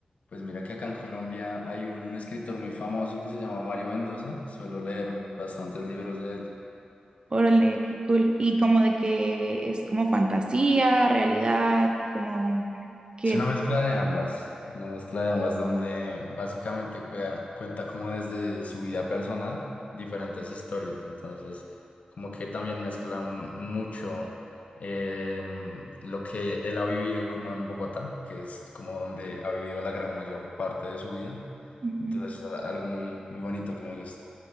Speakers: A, on the left; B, on the right.
A: Pues mira que acá en Colombia hay un escritor muy famoso que se llama Mario Mendoza. Suelo leer bastantes libros de él.
B: Órale, qué cool. ¿Y como de qué es como fantasía, realidad, como que...
A: Es una mezcla de ambas, una mezcla de ambas donde básicamente cuida- cuenta como desde su vida personal diferentes historias, entonces como que también mezcla m- mucho em, lo que él ha vivido como en Bogotá, que es como donde ha vivido la gran mayor parte de su vida,
B: Ujú.
A: entonces a- algo muy, muy bonito que me gusta.